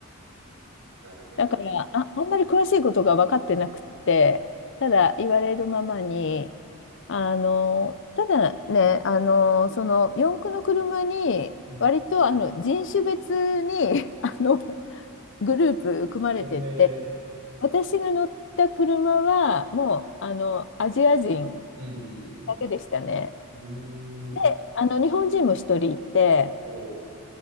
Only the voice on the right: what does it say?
なるほどな。
うん
ええー、
うんうん
うん。うーん。
おう。